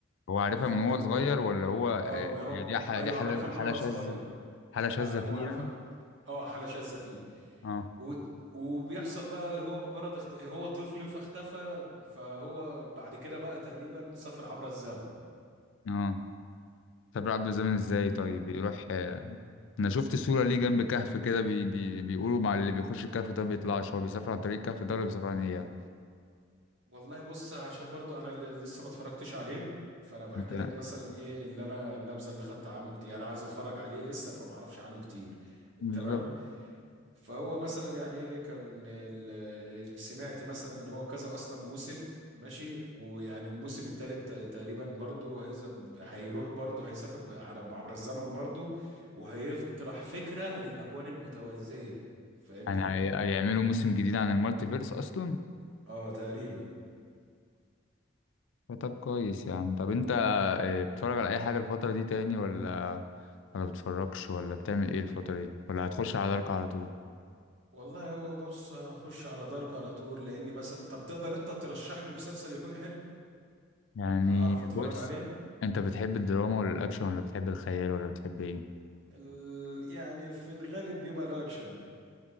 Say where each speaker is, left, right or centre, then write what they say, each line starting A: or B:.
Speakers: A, on the left; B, on the right.
A: هو عارفها
B: فبت
A: من هو صغير ولا هو آه،
B: اه ما هو
A: دي حالة
B: ايوه
A: دي حالة
B: عارفها من وهو
A: حالة شاذة
B: صغير
A: حالة شاذة
B: لا هو
A: فيه
B: عارفها
A: يعني
B: من اه حاله شاذه فيه
A: اه
B: و... وبيحصل بقى اللي هو مجرد اخت... هو طفل فاختفى فهو بعد كده بقى تقريبا سافر عبر الزمن
A: اه سافر عبر الزمن ازاي
B: آه،
A: طيب بيروح آه، انا شفت صورة ليه جنب كهف كده بي بي بيقولوا مع اللي بيخش الكهف ده بيطلعش هو بيسافر عن طريق الكهف ده ولا بيسافر عن ايه يعني
B: والله بص عشان برضو انا ل- لسه ما اتفرجتش عليه فانا بحكي
A: انت
B: لك مثلا ايه اللي انا النبذه اللي خدت عنه كتير انا عايز اتفرج عليه لسه فما اعرفش عنه كتير
A: بالظبط
B: تمام فهو مثلا يعني ايه كان ال- ال- سمعت مثلا ان هو كذا اصلا موسم ماشي ويعني الموسم الثالث تقريبا برضو هيذهب هيروح برضو هيسافر ب- على عبر الزمن برضو وهيطرح فكره للاكوان المتوازيه فاهمني
A: يعني هي- هيعملوا موسم جديد عن المالتي فيرس اصلا
B: اه تقريبا
A: فطب كويس يا عم طب انت آه، بتتفرج على اي حاجة الفترة دي تاني ولا ولا بتتفرجش ولا بتعمل ايه الفترة دي ولا هتخش على دارك على طول
B: والله هو بص هخش على دارك على طول لاني مثلا طب تقدر انت ترشح لي مسلسل يكون حلو
A: يعني
B: اعرف اتفرج
A: بص
B: عليه
A: انت بتحب الدراما ولا الاكشن ولا بتحب الخيال ولا بتحب ايه
B: ال... يعني في الغالب بيبقى الاكشن